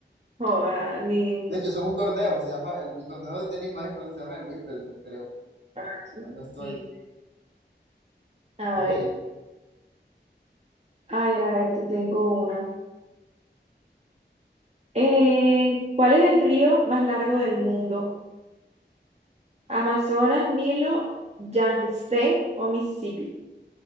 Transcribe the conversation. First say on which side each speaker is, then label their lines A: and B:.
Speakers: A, on the right (about 35°); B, on the right (about 65°).
A: Joda, ni,
B: De hecho, eso es un torneo, se llama, el, el torneo de tenis más importante se llama el Wimbledon, creo,
A: Ah,
B: si mal no estoy.
A: sí. A
B: Ok,
A: ver, a ver, a ver, te tengo una. Eh, ¿cuál es el río más largo del mundo? ¿Amazonas, Nilo, Yangtze o Mississippi?